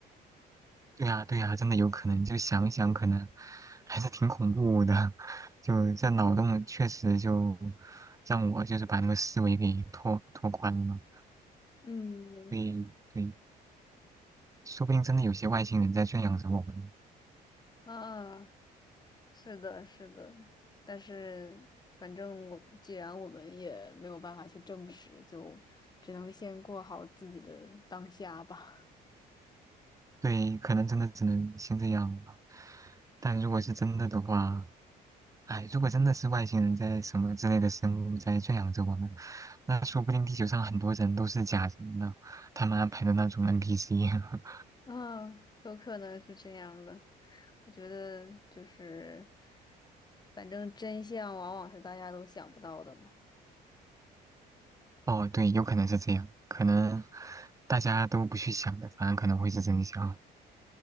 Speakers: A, on the right (about 20°); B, on the left (about 25°).
A: 对呀，对呀，真的有可能。就想一想，可能还是挺恐怖的。<laughs> 就这脑洞确实就让我就是把那个思维给拓拓宽了。
B: 嗯，没错。
A: 对对。说不定真的有些外星人在圈养着我们。
B: 啊，是的，是的，但是反正我既然我们也没有办法去证实，就只能先过好自己的当下吧。
A: 对，可能真的只能先这样吧。但如果是真的的话，哎，如果真的是外星人在什么之类的生物在圈养着我们，那说不定地球上很多人都是假人呢，他们安排的那种 NPC。<laughs>
B: 啊，有可能是这样的。我觉得就是，反正真相往往是大家都想不到的嘛。
A: 哦，对，有可能是这样，可能大家都不去想的，反而可能会是真相。